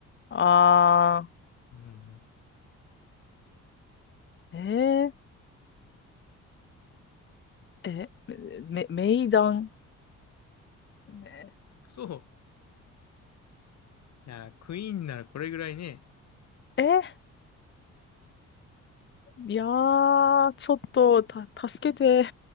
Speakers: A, on the left; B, on the left.
A: あー。
B: うんうん。
A: えー、え、め、め、名談。め
B: そう。いやー、クイーンならこれぐらいね。
A: え、いやー、ちょっと、た、助けて、